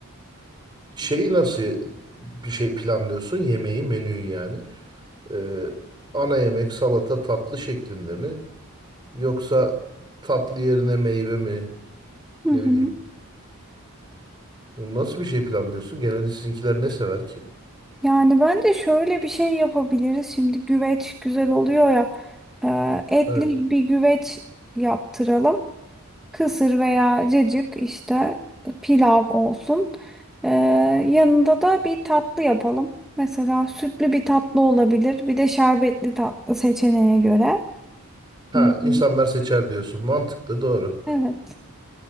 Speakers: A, on the right; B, in the centre.
A: Şeyi
B: Hı
A: nasıl bir şey planlıyorsun? Yemeği, menüyü yani. Ee, ana yemek salata tatlı şeklinde mi? Yoksa tatlı yerine meyve mi?
B: hı.
A: Ne bileyim. Nasıl bir şey planlıyorsun? Genelde sizinkiler ne sever ki?
B: Yani bence şöyle bir şey yapabiliriz. Şimdi güveç güzel oluyor ya. Ee, etli
A: Evet.
B: bir güveç yaptıralım. Kısır veya cacık işte pilav olsun. Ee, yanında da bir tatlı yapalım. Mesela sütlü bir tatlı olabilir. Bir de şerbetli tatlı seçeneğe göre.
A: Ha
B: Hı hı.
A: insanlar seçer diyorsun. Mantıklı doğru.
B: Evet.